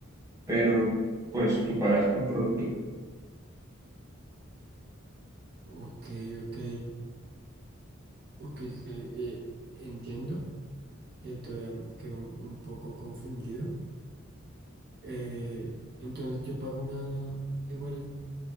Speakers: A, on the right (about 15°); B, on the right (about 55°).
A: pero pues tú pagas por producto.
B: Ok, ok, ok, que, eh, entiendo. Eh, todavía m- quedo un un poco confundido. Eh, entonces yo pago una, igual